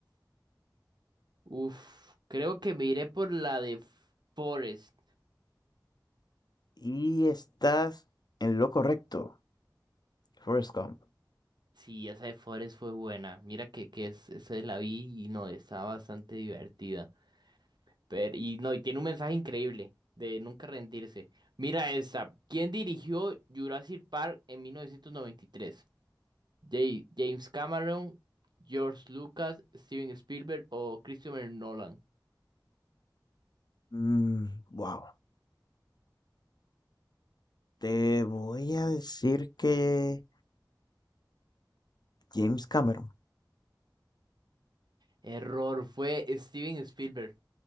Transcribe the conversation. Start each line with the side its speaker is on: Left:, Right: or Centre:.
Right: Uf, creo que me iré por la de Forest.
Left: Y estás en lo correcto, Forrest Gump.
Right: Sí, esa de Forest fue buena. Mira que, que es, esa la vi y no, estaba bastante divertida. Pero, y no, y tiene un mensaje increíble de nunca rendirse. Mira esta. ¿Quién dirigió Jurassic Park en 1993? Jay- James Cameron, George Lucas, Steven Spielberg o Christopher Nolan.
Left: Mm, wow. Te voy a decir que James Cameron.
Right: Error, fue Steven Spielberg.